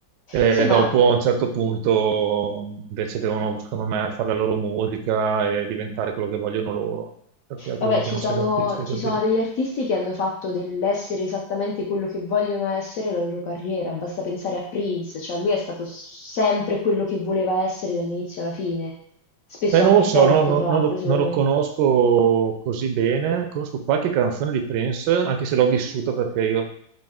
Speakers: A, on the right (about 75°); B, on the left (about 65°).
A: E
B: Sì, ma
A: dopo, a un certo punto, invece devono, secondo me, fare la loro musica e diventare quello che vogliono loro, perché altrimenti
B: Vabbè, ci
A: non
B: sono,
A: sei un artista,
B: ci
A: capito?
B: sono degli artisti che hanno fatto dell'essere esattamente quello che vogliono essere la loro carriera. Basta pensare a Prince, cioè lui è stato s- sempre quello che voleva essere dall'inizio alla fine, spesso
A: Eh,
B: anche
A: non lo
B: a
A: so,
B: torto,
A: no- no-
B: tra
A: non,
B: l'altro,
A: lo,
B: secondo
A: non lo
B: me.
A: conosco così bene. Conosco qualche canzone di Prince, anche se l'ho vissuta perché io,